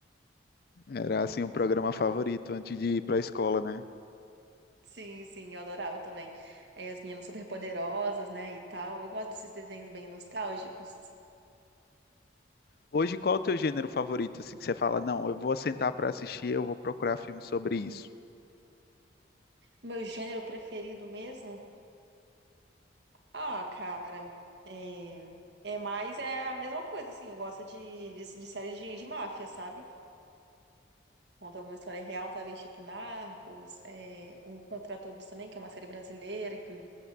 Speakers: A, on the left; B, on the right.
A: Era, assim, o programa favorito antes de ir para a escola, né?
B: Sim, sim, eu adorava também. É, as meninas superpoderosas, né, e tal. Eu gosto desses desenhos bem nostálgicos.
A: Hoje, qual é o teu gênero favorito? Assim, que você fala, não, eu vou sentar para assistir, eu vou procurar filme sobre isso.
B: Meu gênero preferido mesmo? Ah, cara, é... É mais é a mesma coisa, assim, eu gosto de, de, de série de, de máfia, sabe? Conta alguma história real, talvez tipo Narcos, é, Um Contra Todos também, que é uma série brasileira, que